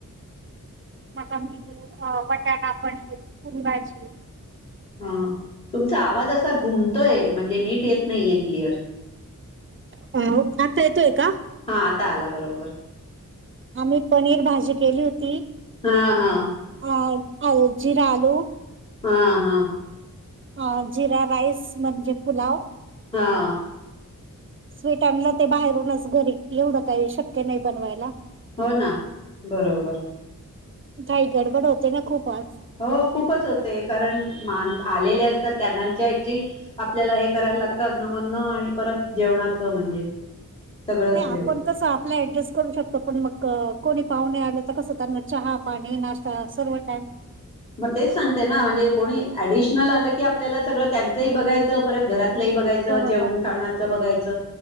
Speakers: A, on the right; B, on the left.
A: <unintelligible> वटाणा पण <unintelligible> भाजी
B: हा तुमचा आवाज असा घुमतोय, म्हणजे नीट येत नाहीये क्लिअर.
A: <unintelligible> आता येतोय का?
B: हा आता आला बरोबर.
A: आम्ही पनीर भाजी केली होती.
B: हा -हा
A: अ आ जिरा आलू
B: हा- हा.
A: ह जिरा राईस म्हणजे पुलाव.
B: हा
A: स्वीट आणल ते बाहेरूनच घरी येवढ काही शक्य नाही बनवायला.
B: हो ना बरोबर
A: घाई गडबड होते ना खूप आज.
B: हो खूपच होते कारण मान आलेले असतात त्यांनाच जायची आपल्याला हे करायला लागत अ नमनन आणि परत जेवणाच म्हणजे सगळंच
A: नाही
B: हे
A: आपण
B: होतं
A: कस आपला ऍडजस्ट करू शकतो पण मग कोणी पाहुणे आले. तर कस त्यांना चहा पाणी नाष्टा सर्व टाईम
B: मग तेच सांगते ना म्हणजे कोणी ऍडिशनल आल की आपल्याला सगळ त्यांचही बघायच परत घरात घरातलही बघायच
A: बरोबर
B: जेवण खाण्याच बघायच.